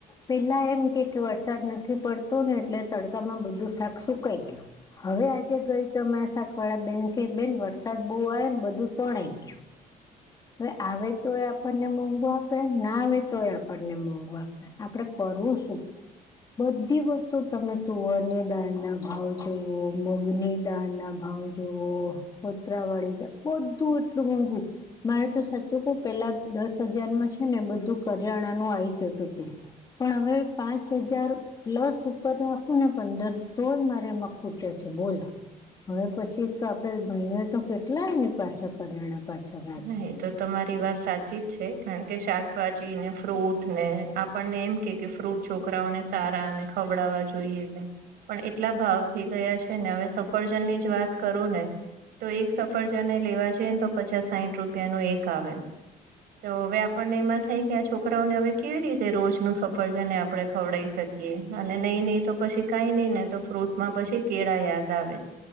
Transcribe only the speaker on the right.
હા એ તો તમારી વાત સાચી જ છે હ કે શાકભાજી ને ફ્રૂટ ને આપણને એમ કે કે ફ્રૂટ છોકરાઓને સારા અને ખવડાવવા જોઈએ પણ એટલા ભાવ ઈ ગયા છે ને હવે સફરજન ની જ વાત કરું ને તો એક સફરજનને લેવા જએ ને તો પચાસ સાહીઠ રૂપિયાનું એક આવે તો હવે આપણને એમાં થાય કે આ છોકરાઓને હવે કેવી રીતે રોજ નું સફર છે ને આપણે ખવડાઈ શકીએ અને નહી નહીિ તો પછી કાઈ નહીિ નને તો ફ્રૂટમાં પછી કેળા યાદ આવે